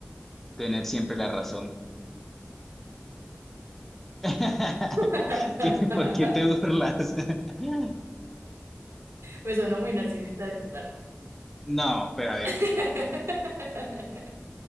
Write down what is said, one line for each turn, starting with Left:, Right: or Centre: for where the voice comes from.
Centre: tener siempre la razón. <laughs>
Right: <laughs>
Centre: ¿Qué- ¿Por qué te burlas? <laughs>
Right: Me sonó muy narcisista de tu parte.
Centre: No, pero a ver,
Right: <laughs>